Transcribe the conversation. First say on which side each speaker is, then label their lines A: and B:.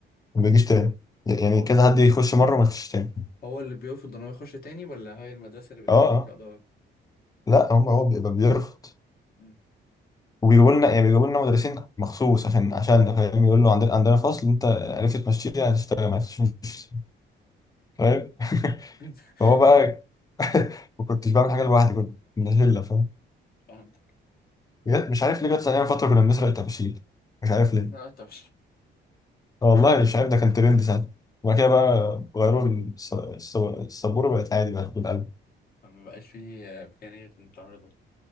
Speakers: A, on the left (about 20°); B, on the left (about 50°).
A: وما بيجيش تاني يعني
B: هو
A: كذا حد يخش مرة وما يخشش تاني
B: هو اللي بيرفض ان هو يخش تاني ولا هي المدرسة اللي بتمشيك
A: اه اه
B: كإدارة؟
A: لا هم هو بيبقى بيرفض
B: مم.
A: وبيجيبوا لنا يعني بيجيبوا لنا مدرسين مخصوص عشان عشان فاهم يقول له عندنا عندنا فصل انت عرفت تمشيه هتشتغل ما عرفتش مش فاهم
B: <laughs>
A: هو بقى <laughs> ما كنتش بعمل حاجه لوحدي كنت من الهله فاهم
B: فهمتك
A: جت- مش عارف ليه جت ثانيه فتره كنا بنسرق الطباشير مش عارف
B: بتسمع
A: ليه
B: طب
A: آه والله مش عارف ده كان ترند ساعتها وبعد كده بقى غيروا الس- الس- السبوره بقت عادي بقت بالقلب
B: <laughs> ما بقاش فيه آه، إمكانية غير إن تعمله ده